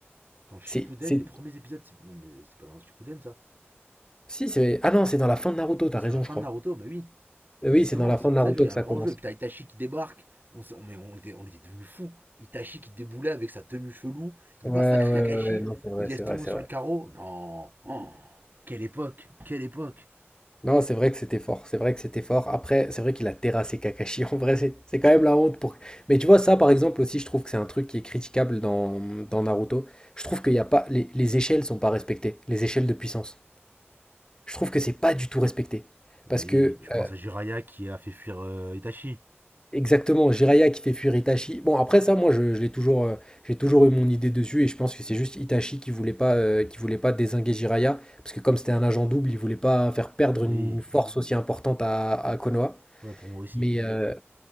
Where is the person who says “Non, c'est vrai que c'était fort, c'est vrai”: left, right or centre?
Left